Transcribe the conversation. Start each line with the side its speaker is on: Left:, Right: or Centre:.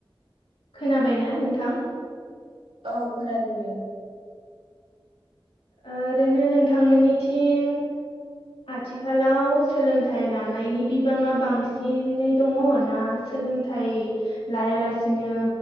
Left: खोनाबायना नोंथां?
Right: औ खोनादों दे
Left: ओरैनो नोंथांमोननिथिं आथिखालाव सोलोंथाइ लानायनि बिबाङा बांसिनै दङ ना सोलोंथाइ लायालासिनो